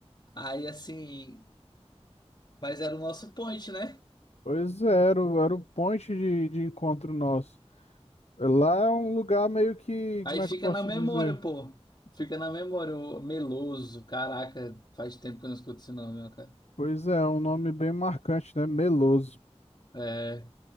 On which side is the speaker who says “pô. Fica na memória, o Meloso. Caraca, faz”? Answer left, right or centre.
Left